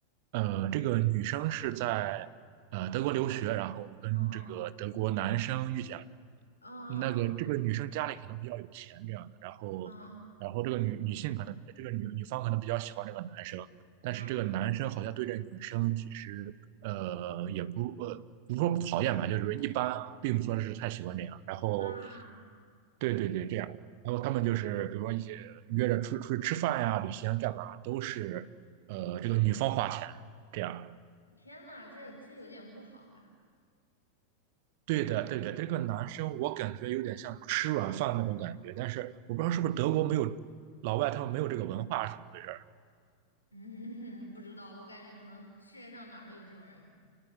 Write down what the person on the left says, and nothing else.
哦，哦，
嗯
嗯
啊，
天呐，这这有点不好吧？
嗯，<laughs> 不知道，我感觉可能世界上哪儿都有这种人。